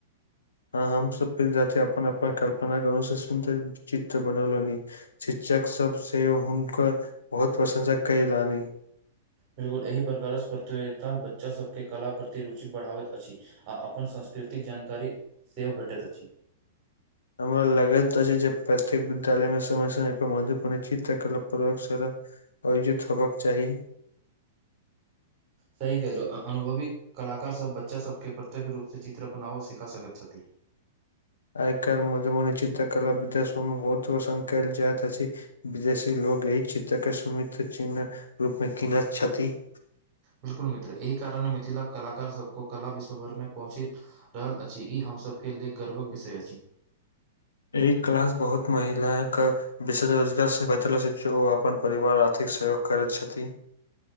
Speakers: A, on the left; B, on the right.
A: हाँ हम सब विद्यार्थी अपन अपन कल्पना के अनुसा सुंदर चित्र बनल लोनी शिक्षक सब से हुनकर बहुत प्रशंसक कैलनी
B: बिलकुल एहि पर <unintelligible> प्रकारक प्रतियोगिता बच्चा सबके कला प्रति रुचि बढ़ाबैत अछि आ अपन सांस्कृतिक जानकारी सेहो भेटैत अछि।
A: हमरा लगैत अछि जे प्रत्येक विद्यालय मे समय समय पर मह्वपूर्ण चित्रकला प्रयोगशाला। अयोजित होबक चाही
B: सही कहलहुँ अनुभवी कलाकारसभ बच्चासभके प्रत्यक्ष रूपसँ चित्र बनाबऽ सिखा सकैत छथि।
A: आइ काल मधुबनी चित्रकला सबमे <unintelligible> कैल जाइत अछि विदेशी लोक एहि चित्रके सुमित चिन्हकँ रूपमे कीनैत छथि '
B: बिलकुल मित्र एहि कारण मिथिलाक कलाकार सब को कला विश्व भर मे पहुँची। रहल अछि ई हमसभ के लेल गर्वक विषय अछि
A: एहि क्लास बहुत महिलाक विशेष रोजगार से बचला छै जे ओ अपन परिवार आर्थिक सहयोग करैत छथि‌